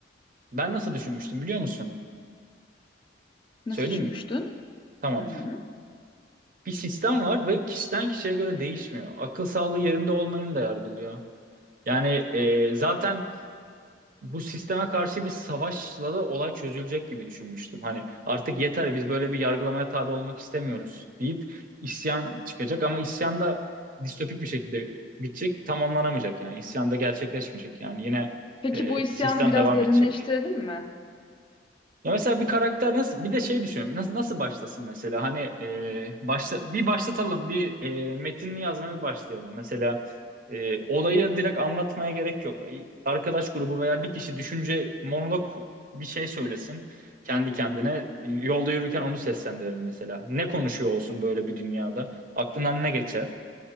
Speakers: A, on the right; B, on the left.
A: Ben nasıl düşünmüştüm biliyor musun?
B: Nasıl
A: Söyleyeyim
B: düşünmüştün?
A: mi? Tamam.
B: Hı hı.
A: Bir sistem var ve kişiden kişiye göre değişmiyor. Akıl sağlığı yerinde olmayanı da yargılıyor. Yani e, zaten bu sisteme karşı bir savaşla da olay çözülecek gibi düşünmüştüm. Hani artık yeter biz böyle bir yargılamaya tabi olmak istemiyoruz deyip isyan çıkacak ama isyan da distopik bir şekilde bitecek, tamamlanamayacak yani isyan da gerçekleşmeyecek. Yani yine
B: Peki
A: e,
B: bu isyanı
A: sistem
B: biraz
A: devam
B: derinleştirelim
A: edecek.
B: mi?
A: Ya mesela bir karakter nasıl bir de şey düşünüyorum nasıl nasıl başlasın mesela hani e, başla bir başlatalım bir e, metinli yazmaya bir başlayalım mesela e, olayı direkt anlatmaya gerek yok arkadaş grubu veya bir kişi düşünce monolog bir şey söylesin kendi kendine yolda yürürken onu seslendirelim mesela ne konuşuyor olsun böyle bir dünyada aklından ne geçer